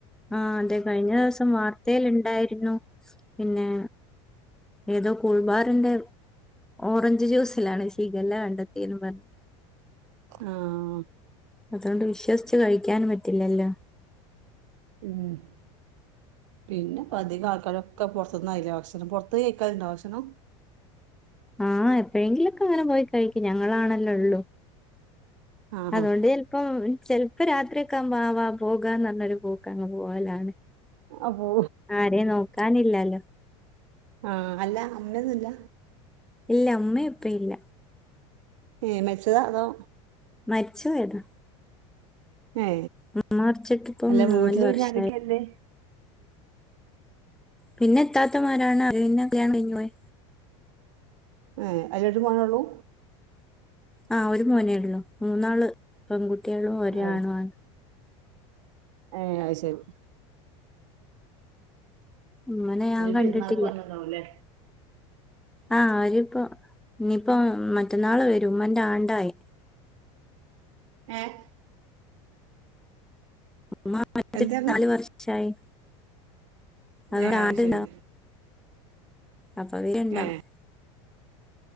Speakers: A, in the centre; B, on the right (about 80°).
A: ആഹ അതെ കഴിഞ്ഞ ദിവസം വാർത്തൽ ഉണ്ടായിരുന്നു പിന്നെ ഏതോ കൂൾബാറിന്റെ ഓറഞ്ച് ജ്യൂസിലാണ് ഷിഗല്ല കണ്ടെത്തിയന്ന് പറഞ്ഞു
B: ആഹ
A: അതുകൊണ്ട് വിശ്വസിച്ച്ച് കഴിക്കാനും പറ്റില്ലല്ലോ
B: ഉം പിന്നെപതികആൾക്കാരൊക്കെ പുറത്തന്നയില്ല ഭക്ഷണം പൊറത്ത് കഴിക്കാറുണ്ടോ ഭക്ഷണം
A: ആഹ എപ്പോഴെങ്കിലൊക്കെ അങ്ങനെ പോയി കഴിക്കും ഞങ്ങളാണല്ലേ ഉള്ളു
B: ആഹ്
A: അതുകൊണ്ട് ചല്പ്പം ചെിലപ്പോ രാത്രി ഒക്കെ വാവാ പോകാ നല്ലൊരു പോക്ക് അങ്ങ് പോവലാണ്
B: അപ്പൊ
A: ആരേം നോക്കാനില്ലല്ലോ
B: ആഹ അല്ല അമ്മന്നുല്ല
A: ഇല്ല അമ്മേ ഇപ്പ ഇല്ല
B: ഏ മെരിച്ചതാ അതോ
A: മരിച്ച വോയതാ
B: ഏ
A: മ മറച്ചിട്ട് ഇപ്പം
B: അല്ല
A: നാല്
B: വീട്ടില്
A: വർഷമായി
B: പിന്നെ ആരൊക്കെയല്ലേ
A: പിന്നെ എത്താത്തമാരാണ്അവര് പിന്നെകല്യാണം കഴിഞ്ഞു പോയി
B: ഏ അല്ല ഒരു മണള്ളൂ
A: ആഹ ഒരു മോനേള്ളോ മൂന്നാള് പെൺകുട്ടികളും ഒര
B: അത്
A: ആണു ആണ്
B: ആ അത് ശരി
A: അമ്മനെ ഞാൻ
B: ഓന്
A: കണ്ടിട്ടില്ല
B: പെരുന്നാക്ക് വന്ന്ണ്ടാവുംല്ലേ
A: ആഹ അവരിപ്പോ ഇനിയിപ്പോ മറ്റന്നാള് വരും ഉമ്മന്റെ ആണ്ടായി
B: ഏഹ്
A: അമ്മ മരിച്ചിട്ട്
B: എന്താണ്
A: നാല് വർഷായി അമ്മേടെ
B: ഏ
A: ആണ്ടു
B: അത് ശരി
A: അപ്പൊ വരണ്ടാവും
B: ഏ